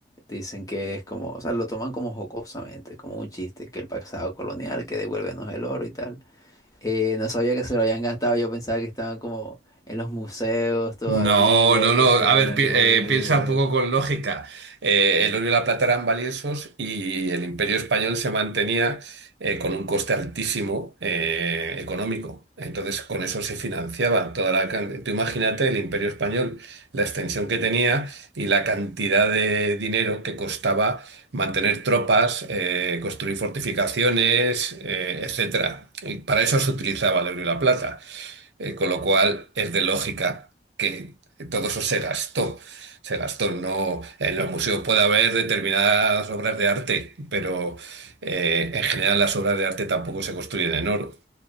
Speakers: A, on the left; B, on the right.
A: dicen que es como, o sea, lo toman como jocosamente, como un chiste, que el pasado colonial, que devuélvenos el oro y tal. Eh, no sabía que se lo habían gastado, yo pensaba que estaban como en los museos todavía,
B: No, no, no.
A: que se
B: A
A: lo
B: ver,
A: podían
B: pi-
A: devolver.
B: eh, piensa un poco con lógica. Eh, el oro y la plata eran valiosos y el Imperio Español se mantenía eh, con un coste altísimo eh, económico. Entonces, con eso se financiaba toda la can- Tú imagínate el Imperio Español, la extensión que tenía y la cantidad de dinero que costaba mantener tropas, eh, construir fortificaciones, eh, etcétera. Y para eso se utilizaba el oro y la plata. Eh, con lo cual es de lógica que todo eso se gastó. Se gastó, no, en los museos puede haber determinadas obras de arte, pero eh, en general las obras de arte tampoco se construyen en oro.